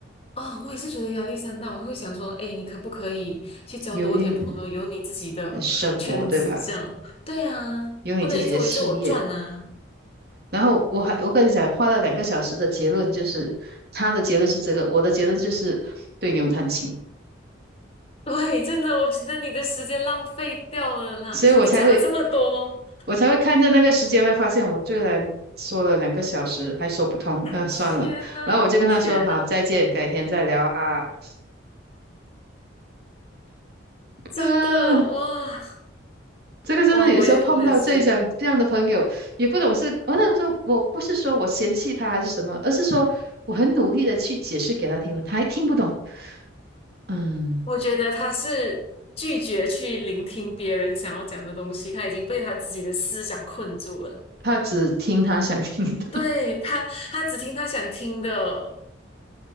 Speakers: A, on the left (about 30°); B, on the right (about 50°).
A: 啊、我也是觉得压力山大，我会想说，哎，你可不可以去交多一点朋友，
B: 有一。
A: 有你自己的圈子这样？
B: 呃生活，对吧？
A: 对啊，
B: 有你自己的事业。
A: 不能一直围着我转啊。
B: 然后我还我跟你讲，花了两个小时的结论就是，他的结论是这个，我的结论就是对牛弹琴，
A: 对，真的，我觉得你的时间浪费掉了啦。
B: 所以我才会
A: 你讲了这么多，
B: 我才会看着那个时间，会发现我居然说了两个小时还说不通，呃，算了。
A: 天呐，
B: 然后我就跟他说好，
A: 天呐，
B: 再见，改天再聊啊。
A: 真的，
B: 嗯、
A: 哇
B: 这个真的有时候碰到这种这样的朋友，
A: 哇，我也我也是，
B: 也不懂是，我想说，我不是说我嫌弃他还是什么，而是说我很努力的去解释给他听了，他还听不懂。嗯，
A: 我觉得他是拒绝去聆听别人想要讲的东西，他已经被他自己的思想困住了。
B: 他只听他想听的。
A: 对，
B: <laughs>
A: 他，他只听他想听的。